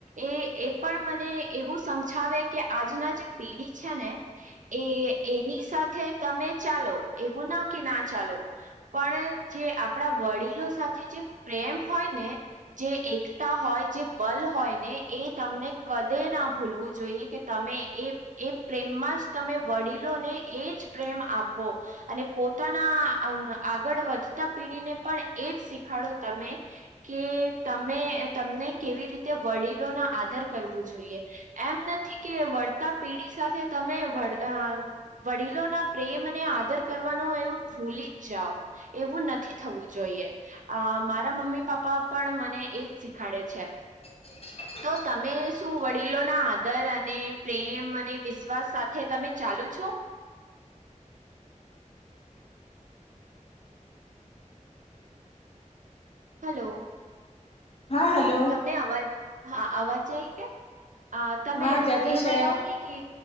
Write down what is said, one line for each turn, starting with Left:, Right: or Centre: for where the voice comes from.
Right: એ એ પણ મને એવું સમજાવે કે આજના જે પેઢી છે ને એ એની સાથે તમે ચાલો એવું ના કે ના ચાલો પણ જે આપણા વડીલો સાથે જે પ્રેમ હોય ને જે એકતા હોય જે બલ હોય ને એ તમને કદે ના ભૂલવું જોઈએ કે તમે એ એ પ્રેમમાં જ તમે વળી ને એજ પ્રેમ આપો અને પોતાના આગળ વધતા પીઢીને પણ એજ શીખાડું તમે કે તમે તમને કેવી રીતે વડીલો ના આદર કરવો જોઈએ. એમ નથી કે વળતા પેઢી સાથે તમે વ વડીલોના પ્રેમને આદર કરવાનું એ ભૂલી જ જાઓ. એવું નથી થવું જોઈએ. અ મારા મમ્મી પાપ્પા પણ મને એજ શીખાડે છે.
Left: <unintelligible> <inaudible>
Right: તો તમે શું વડીલો ના આદર અને પ્રેમ અને વિશ્વાસ સાથે તમે ચાલો છો? હલો.
Left: હા હલો.
Right: ને અવાજ હા અવાજ જાય કે તમે
Left: હા જતું
Right: એ
Left: છે
Right: બતાવો ને કે